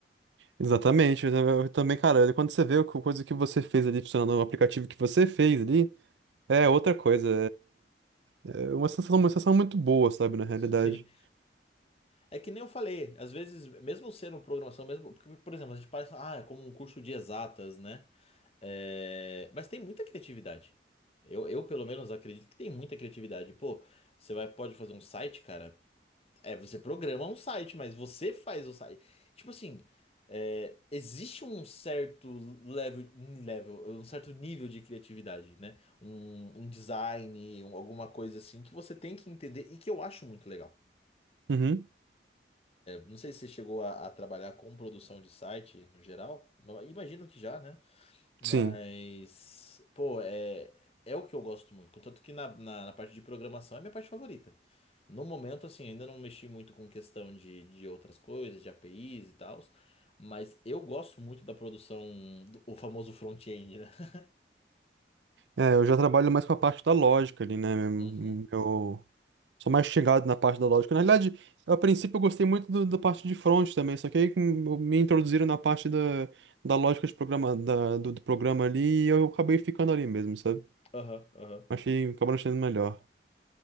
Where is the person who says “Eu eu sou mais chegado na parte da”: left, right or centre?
Right